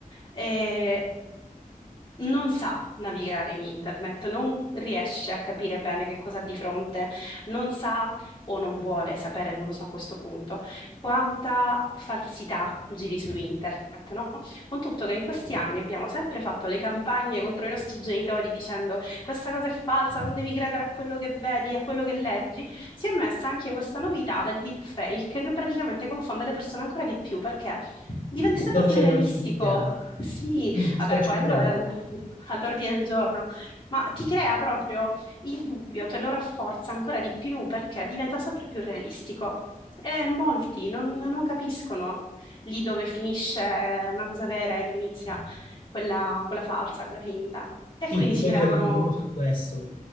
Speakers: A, on the left; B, on the left.
A: eh, non sa navigare in internet, non riesce a capire bene che cosa ha di fronte, non sa o non vuole sapere, non lo so a questo punto, quanta falsità giri su internet, no? Con tutto che in questi anni abbiamo sempre fatto le campagne contro i nostri genitori dicendo questa cosa è falsa, non devi credere a quello che vedi, a quello che leggi, si è messa anche questa novità del deepfake che praticamente confonde le persone ancora di più perché diventa
B: distorce
A: sempre più realistico.
B: le notizie anche.
A: Sì,
B: Sì, distorce
A: Vabbè, quello
B: proprio la
A: è
B: realtà.
A: al- <laughs> all'ordine del giorno, ma ti crea proprio il dubbio, te lo rafforza ancora di più perché diventa sempre più realistico. E molti non, non capiscono lì dove finisce una cosa vera e dove inizia quella, quella falsa, quella finta.
B: Sì,
A: E quindi
B: che
A: si
B: poi
A: creano...
B: giocano proprio su questo.